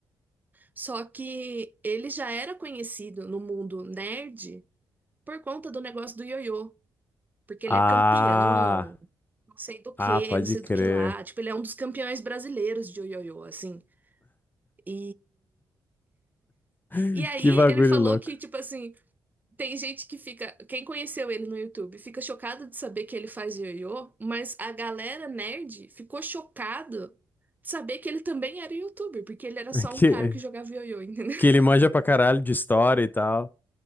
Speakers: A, on the right; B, on the left.
A: Só que ele já era conhecido no mundo nerd por conta do negócio do ioiô. Porque
B: Ah,
A: ele é campeão, não sei do que,
B: ah, pode
A: não sei
B: crer.
A: do que lá. Tipo, ele é um dos campeões brasileiros de ioiô, assim. E
B: <laughs>
A: e aí
B: Que bagulho
A: ele falou
B: louco.
A: que, tipo assim, Tem gente que fica, quem conheceu ele no YouTube, fica chocado de saber que ele faz ioiô, mas a galera nerd ficou chocado de saber que ele também era youtuber, porque ele era
B: <laughs>
A: só
B: Que,
A: um cara que jogava ioiô, entendeu?
B: Que
A: <laughs>
B: ele manja pra caralho de história e tal.